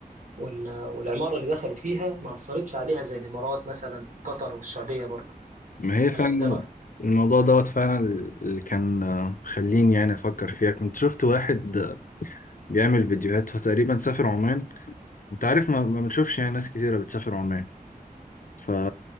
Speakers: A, on the right; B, on the left.
A: وال- والعمارة اللي دخلت فيها ما أثرتش عليها زي الإمارات مثلا وقطر والسعودية برضه
B: ما هي فعلا
A: ولا أنت إيه رأيك؟
B: الموضوع دوت فعلا اللي كان آه، خليني يعني افكر فيها كنت شفت واحد بيعمل فيديوهات فتقريبا سافر عمان انت عارف ما ما بنشوفش يعني ناس كتيرة بتسافر عمان ف...